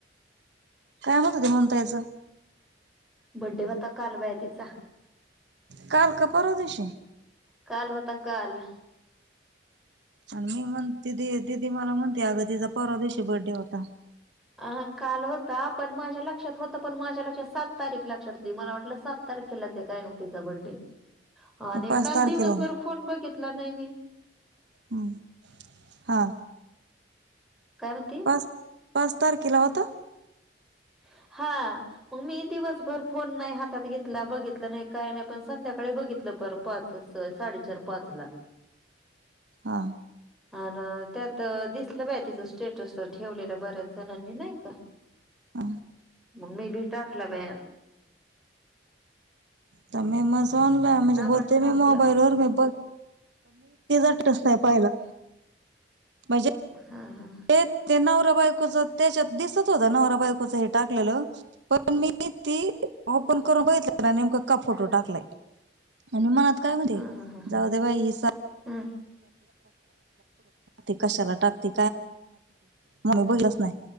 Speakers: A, on the right (about 70°); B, in the centre.
A: काय म्हणत होती मनु ताईच
B: बड्डे होता काल बाई तिचा.
A: काल का परवा दिवशी.
B: काल होता काल.
A: आणि मी म्हणते दिदी मला म्हणते अग तिचा परवा दिवशी बर्डे होता.
B: हा काल होता, पण माझ्या लक्ष्यात त होत, पण माझ्या लक्ष्यात सात तारीख लक्ष्यात होती, मला वाटलं सात तारखेला ते काय रेवतीचा बड्डे आणि
A: पाच
B: काल
A: तारखेला
B: दिवसभर फोन बघितला नाही मी.
A: हम्म हा.
B: काय म्हणती?
A: पाच पाच तारखीला होता.
B: हा. हा मग मी दिवसभर फोन नाही हातात घेतला बघितलं नाही काय नाही पण संध्याकाळी बघितलं. बर पाच- साडेचार पाच ला.
A: हा.
B: आण त्यात दिसलं बाय तिचं स्टेटसला ठेवलेलं बऱ्याच जणांनी नाही का.
A: आ.
B: मग मी भी टाकला बया.
A: तर मी माझं आनला
B: पण टाकला
A: <unintelligible> काय पाहिला... म्हणजे
B: हा हा
A: ते ते नवरा बायकोच त्याच्यात दिसत होत नवरा बायकोच हे टाकलेलं पण मी ती ऑफर.... करून बघितलं का नेम का फोटो टाकलाय आणि म आता... काय म ते
B: हा हा हा
A: जाऊ दे बाई हि...
B: हा
A: <unintelligible> कशाला टाकते मला बोलायचं नाय